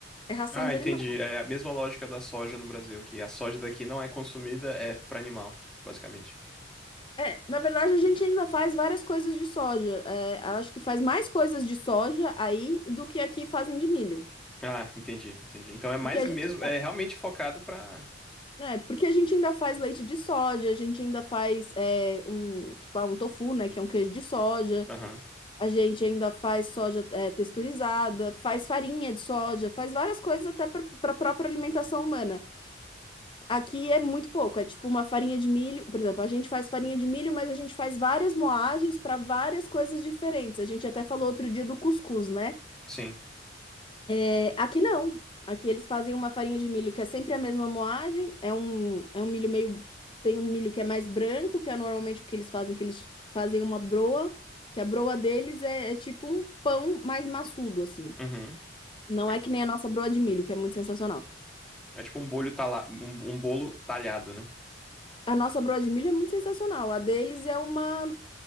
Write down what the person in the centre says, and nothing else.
Ah,
entendi.
É a mesma lógica da soja no Brasil, que a soja daqui não é consumida, é pra animal, basicamente.
Ah, entendi, entendi. Então é mais
mesmo,
é realmente focado pra.
Aham,
sim.
Uhum.
É,
é
ti- é tipo um bolho tala... um, um bolo talhado, né?